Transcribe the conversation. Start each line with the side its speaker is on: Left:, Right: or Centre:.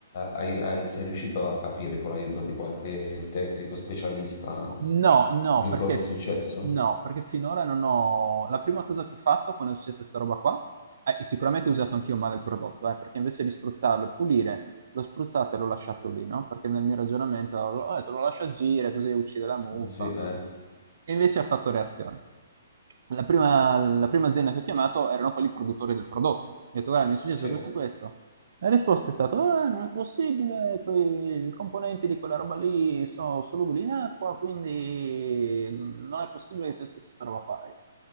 Left: eh, hai- hai- sei riuscito a capire con l'aiuto di qualche tecnico specialista
Right: No, no,
Left: di che
Right: perché
Left: cosa è successo?
Right: no, perché finora non ho la prima cosa che ho fatto quando è successa 'sta roba qua eh, sicuramente ho usato anch'io male il prodotto, eh, perché invece di spruzzarlo e pulire, l'ho spruzzato e l'ho lasciato lì, no, perché nel mio ragionamento ho ho detto: "Lo lascio agire così uccide la muffa".
Left: Così, eh?
Right: E invece ha fatto reazione. La prima la prima azienda che ho chiamato erano quelli produttori del prodotto. Gli ho detto: "Guarda, mi è successo
Left: Sì,
Right: questo e questo". La risposta è stata: "Eh, non è possibile, quei i componenti di quella roba lì sono solubili in acqua, quindi non è possibile che sia successa 'sta roba qua". Io: